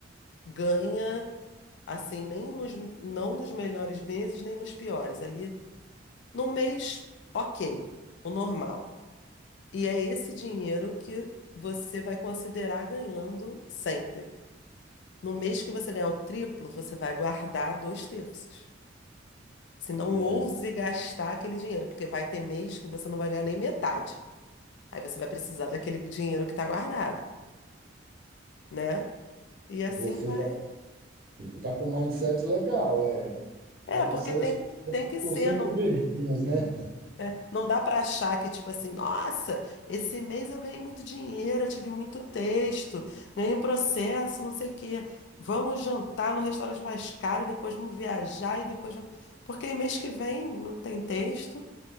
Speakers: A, on the left; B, on the right.
A: ganha, assim, nem nos, não nos melhores meses, nem nos piores. Ali, no mês, ok, o normal. E é esse dinheiro que você vai considerar ganhando sempre. No mês que você ganhar o triplo, você vai guardar dois terços. Se não
B: E
A: ouse
B: é,
A: gastar aquele dinheiro, porque vai ter mês que você não vai ganhar nem metade. Aí você vai precisar daquele dinheiro que está guardado, né? E assim
B: você
A: vai.
B: já está com um mindset legal, é. Então
A: É,
B: vocês
A: porque tem, tem que
B: estão
A: ser.
B: sempre
A: Não,
B: verdinhas, né?
A: é, não dá para achar que, tipo assim, nossa, esse mês eu ganhei muito dinheiro, eu tive muito texto, ganhei um processo, não sei o quê. Vamos jantar no restaurante mais caro, e depois vamos viajar e depois vamos... Porque aí mês que vem não tem texto.